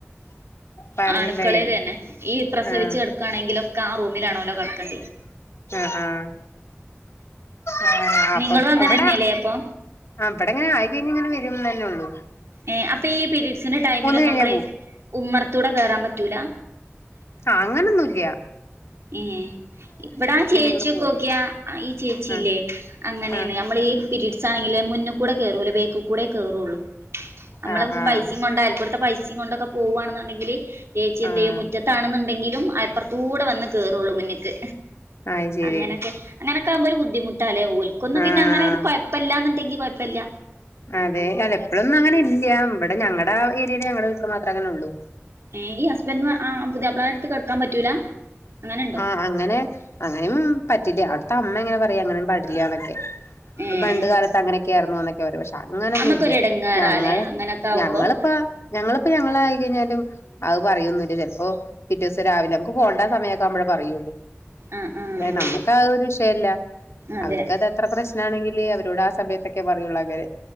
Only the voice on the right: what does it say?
അടുക്കളയിലെന്നെ ഈ പ്രസവിച്ച്
കെട്ക്കാണെങ്കിലൊക്കെ ആ റൂമിലാണോലൊ കെട്ക്കേണ്ടി
നിങ്ങളും അങ്ങനെന്നെല്ലേ
അപ്പൊ
ഏ അപ്പൊ ഈ പീരീഡ്സിന്റെ ടൈമില്
ന്നമ്മ്ള്
ഉമ്മർത്തൂടെ കേറാൻ പറ്റൂല
ഏ ഇവ്ടാചേച്ചിക്കോക്കിയാ
ഈ ചേച്ചില്ലേ
അങ്ങനെണ്
നമ്മൾ ഈ പിരീഡ്സ് ആണെങ്കില് മുന്ന്ക്കൂടെ കേറൂല ബേക്ക്ക് കൂടെ കേറുള്ളൂ നമ്മള്
പൈസിം കൊണ്ട് അയൽക്കൂട്ത്തെ പൈസിം കൊണ്ടൊക്കെ പോവവാണെന്നുണ്ടെങ്കില് ചേച്ചി എന്തെയ്യും
മുറ്റത്താണെന്നുണ്ടെങ്കിലും അയ്പ്പുറത്തൂടെ വന്ന് കേറോളു മുന്ന്ക്ക്
അങ്ങനെക്കെ അങ്ങനൊക്കെ ആകുമ്പോ ഒരു ബുദ്ധിമുട്ട് ല്ലെ ഓൽക്കൊന്നു
പിന്നെ അങ്ങനെ ഒരു കൊഴ്പ്പല്ലാന്നുണ്ടെങ്കി കൊഴ്പ്പല്ല
ഏ ഈ ഹസ്ബൻഡ്മാ ആ പുതിയാപ്ളാരട്ത്ത് കെട്ക്കാൻ പറ്റൂല അങ്ങനെ ണ്ടോ?
ഏഹ്
നമ്മക്കൊരു
ഇടങ്ങേറാല്ലേ
അങ്ങനൊക്കെ ആവുമ്പോ
ആഹ് ആഹ്
അതെ